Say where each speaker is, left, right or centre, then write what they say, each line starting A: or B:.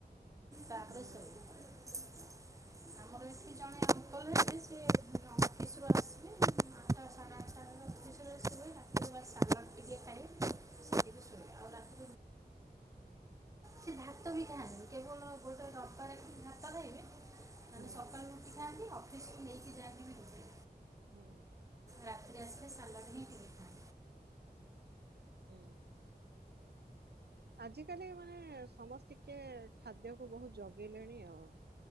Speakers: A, on the right (about 20°); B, on the right (about 75°).
A: ତାପରେ
B: ହୁଁ
A: ସୋଇ ହ ଆମର ଏଠି ଜଣେ ଅଙ୍କଲ ହେଲେ ସେ ଅଫିସ ରୁ ଆସିଵେ ଆଠ ଟା ସାଢ଼େ ଆଠ ଟା ଆଶଳେ ଶୁଏ ହାତ ବା ଶଲ ଟିକେ ଖାଏ ସେତିକି ଶୋଇଏ ଆଉ ରାତି <inaudible> ସେ ଭାତ ବି ଖାଆ କେବଳ ଗୋଟେ ରବିବାର ଭାତ ଖାଇବେ ନହେଲେ
B: ହୁଁ
A: ସକାଳୁ ଉଠିଥାନ୍ତି ଥାନ୍ତି ଅଫିସକୁ ନେଇକି ଯାଆନ୍ତି ବି ରୁଟି
B: ହୁଁ
A: ରାତିରେ ଆସିଲେ ସାଲାଡ଼ ହିଁ ପିକଥା <inaudible>
B: ଉଁ ଆଜ କାଲି ମାନେ ସମସ୍ତ ଟିକେ ଖାଦ୍ୟକୁ ବହୁତ ଜଗିଲେଣି ଆଉ